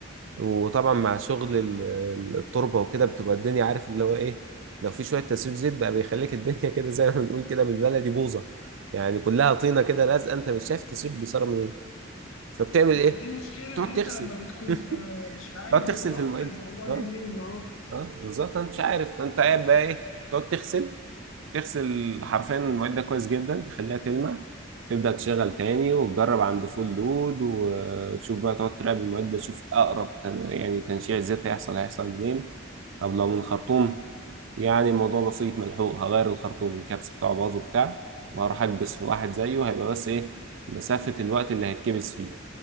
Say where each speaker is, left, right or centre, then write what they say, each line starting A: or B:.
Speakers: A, on the right (about 70°); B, on the left (about 85°).
A: وطبعا مع شغل ال- ال- التربه وكده بتبقى الدنيا عارف اللي هو ايه لو في شويه تسريب زيت بقى بيخليك الدنيا <laughs> كده زي ما بنقول كده بالبلدي بوظه يعني كلها طينه كده لازقه انت مش شايف التسريب بيصير منين فبتعمل
B: هو
A: ايه
B: دي المشكله
A: بتقعد
B: ان انت
A: تغسل
B: لما بتكون
A: <laughs>
B: آه، مش عارف
A: تقعد
B: بالظبط
A: تغسل في المعده
B: الموضوع جاي
A: اه
B: منين اهو
A: اه بالظبط انت مش عارف انت قاعد بقى ايه تقعد تغسل تغسل حرفيا المعده كويس جدا تخليها تلمع تبدا تشغل تاني وتجرب عند فول لود وتشوف بقى تقعد تراقب المعده تشوف اقرب تن... يعني تنشيع زيت هيحصل هيحصل منين طب لو من الخرطوم يعني الموضوع بسيط ملحوق هغير الخرطوم الكبس بتاعه باظ وبتاع وهروح اكبس في واحد زيه هيبقى بس ايه مسافه الوقت اللي هيتكبس فيه